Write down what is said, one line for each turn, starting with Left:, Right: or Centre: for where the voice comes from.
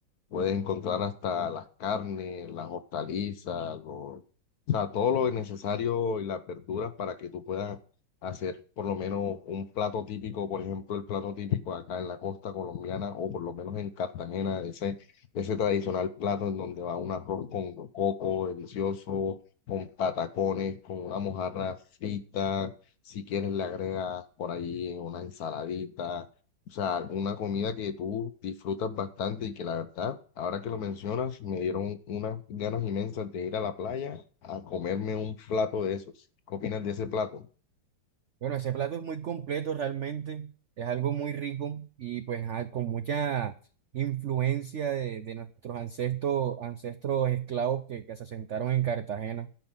Left: Puedes encontrar hasta las carnes, las hortalizas, los- o sea, todo lo necesario y las verduras para que tú puedas hacer por lo menos un plato típico, por ejemplo, el plato típico acá en la costa colombiana o por lo menos en Cartagena, ese, ese tradicional plato en donde va un arroz con coco delicioso con patacones, con una mojarra frita, si quieres le agregas por ahí una ensaladita, o sea, una comida que tú disfrutas bastante y que la verdad, ahora que lo mencionas, me dieron unas ganas inmensas de ir a la playa a comerme un plato de esos. ¿Qué opinas de ese plato?
Right: Bueno, ese plato es muy completo realmente, es algo muy rico y pues ah, con mucha influencia de, de nuestros ancestros, ancestros esclavos que, que se asentaron en Cartagena.